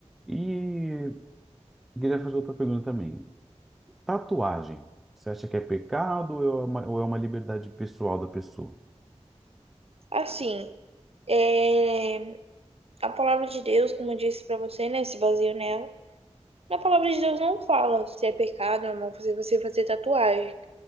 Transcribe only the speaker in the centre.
E queria fazer outra pergunta também. Tatuagem, você acha que é pecado ou é uma, ou é uma liberdade pessoal da pessoa?